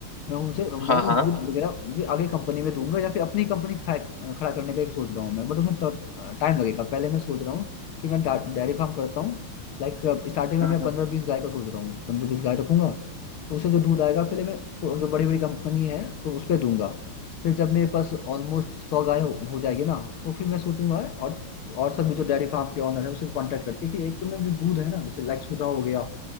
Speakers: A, on the left; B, on the left.
A: मैं उनसे मैं
B: हाँ
A: वो
B: हाँ
A: दूध वगैरह भी आगे कंपनी में दूंगा या फिर अपनी कंपनी खड़ा खड़ा करने का एक सोच रहा हूँ मैं बट उसमें टाइम लगेगा पहले मैं सोच रहा हूँ कि मैं डेयरी फार्म करता हूँ लाइक स्टार्टिंग में
B: हम्म
A: मैं पंद्रह
B: हम्म
A: बीस गाय का सोच रहा हूँ पंद्रह बीस गाय रखूंगा तो उससे जो दूध आएगा पहले मैं को- जो बड़ी बड़ी कंपनी है तो उस पर दूंगा फिर जब मेरे पास ऑलमोस्ट सौ गाय हो, हो जाएगी ना तो फिर मैं सोचूंगा और तो और सब भी जो डेयरी फार्म के ऑनर है उससे कांटेक्ट करके कि एक में जो दूध है ना जैसे लाइक सुधा हो गया